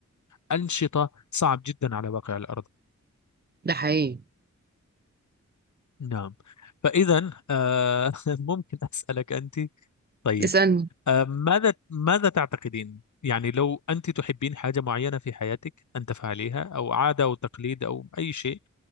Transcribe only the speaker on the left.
الأنشطة صعب جدا على واقع الأرض
نعم فإذا آه، <laughs> ممكن أسألك أنت طيب
آه، ماذا ماذا تعتقدين يعني لو أنت تحبين حاجة معينة في حياتك أن تفعليها أو عادة أو تقليد أو أي شيء